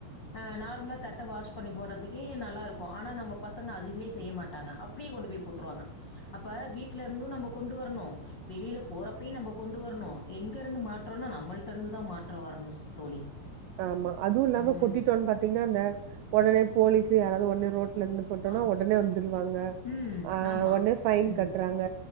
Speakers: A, on the left; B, on the right.
A: அ நார்மலா தட்ட வாஷ் பண்ணி போடுறதுக்கே நல்லா இருக்கு ஆனா நம்ம பசங்க அதுவுமே செய்ய மாட்டாங்க அப்படியே கொண்டு போய் போட்டுருவாங்க அப்ப வீட்ல இருந்து நம்ம கொண்டு வரணு வெளியில போறப்பய்யு நம்ம கொண்டு வரணு எங்க இருந்து மாற்றோம்னா நம்மளிட்ட இருந்துதா மாற்றோ வரணு தோழி
B: ஆமா அதுவு இல்லாம
A: ம்.
B: கொட்டிட்டோன் பாத்தீங்கன்னா அந்த உடனே போலீஸு யாராவது உடனே ரோட் ட்ல இருந்து போட்டோனா
A: ஆ.
B: உடனே வந்துருவாங்க
A: ம்.
B: ஆஹ்
A: ஆமா.
B: உடனே பஃைன்
A: ம்.
B: கட்டுறாங்க